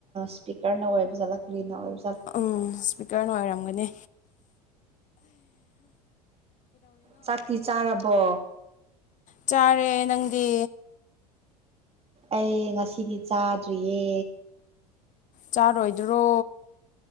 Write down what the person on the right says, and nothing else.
ꯁ꯭ꯄꯤꯀꯔꯅ ꯑꯣꯏ ꯖꯥꯠꯂꯛꯀ꯭ꯔꯤꯅ ꯑꯣꯏ
ꯆꯥꯇꯤ ꯆꯥꯔꯕꯣ
ꯑꯩ ꯉꯁꯤꯗꯤ ꯆꯥꯗ꯭ꯔꯤꯌꯦ